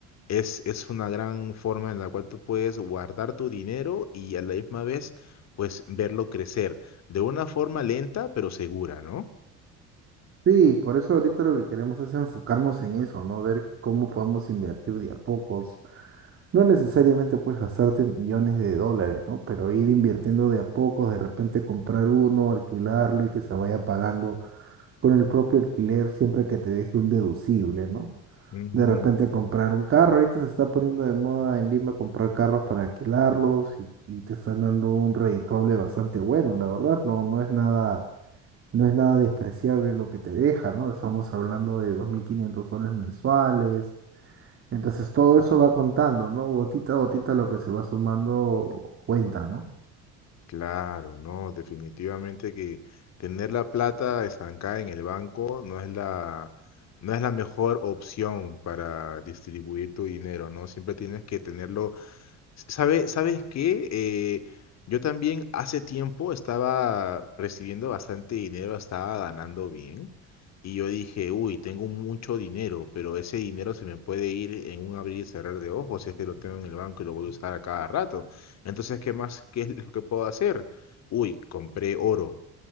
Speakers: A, on the left (about 55°); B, on the right (about 40°).
A: Es, es una gran forma en la cual tú puedes guardar tu dinero y a la misma vez, pues verlo crecer de una forma lenta pero segura, ¿no?
B: Sí, por eso ahorita lo que queremos es enfocarnos en eso, ¿no? Ver cómo podemos invertir de a pocos. No necesariamente puedes gastarte millones de dólares, ¿no? Pero ir invirtiendo de a pocos, de repente comprar uno, alquilarlo y que se vaya pagando con el propio alquiler siempre que te deje un deducible, ¿no?
A: Ujú.
B: De repente comprar un carro, ahorita se está poniendo de moda en Lima comprar carros para alquilarlos y, y te están dando un redituable bastante bueno, la verdad, no, no es nada, no es nada despreciable lo que te deja, ¿no? Estamos hablando de 2.500 soles mensuales, entonces todo eso va contando, ¿no? Gotita a gotita lo que se va sumando cuenta, ¿no?
A: Claro, no, definitivamente que tener la plata estancada en el banco no es la, no es la mejor opción para distribuir tu dinero, ¿no? Siempre tienes que tenerlo. ¿Sabe- ¿Sabes qué? Eh, yo también hace tiempo estaba recibiendo bastante dinero, estaba ganando bien. Y yo dije, uy, tengo mucho dinero, pero ese dinero se me puede ir en un abrir y cerrar de ojos si es que lo tengo en el banco y lo voy a usar a cada rato. Entonces, ¿qué más? ¿Qué es lo que puedo hacer? Uy, compré oro.